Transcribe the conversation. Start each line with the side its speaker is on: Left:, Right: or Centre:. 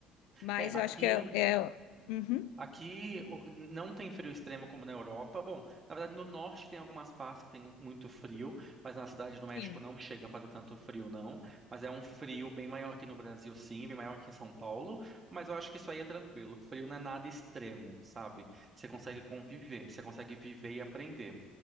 Left: mas
Right: É. É, aqui.
Left: eu acho que é, é... Uhum.
Right: Aqui o- não tem frio extremo como na Europa. Bom, na verdade, no norte tem algumas partes que tem muito frio, mas na cidade do México
Left: Sim.
Right: não chega a fazer tanto frio, não. Mas é um frio bem maior que no Brasil, sim, bem maior que em São Paulo. Mas eu acho que isso aí é tranquilo. Frio não é nada extremo, sabe? Você consegue conviver, você consegue viver e aprender.